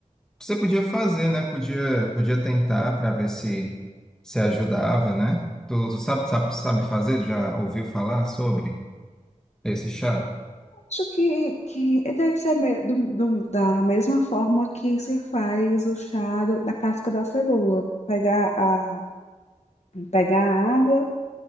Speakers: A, in the centre; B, on the left.
A: Você podia fazer, né? Podia, podia tentar para ver se se ajudava, né? Tu, tu sabe, sabe, sabe fazer? Já ouviu falar sobre esse chá?
B: Acho que, que deve ser me- do- do- da mesma forma que se faz o chá do- da casca da cebola. Pegar a, pegar a água,